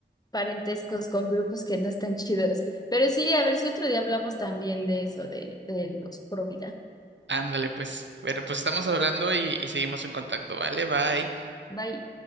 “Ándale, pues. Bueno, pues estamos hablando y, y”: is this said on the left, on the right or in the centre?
Right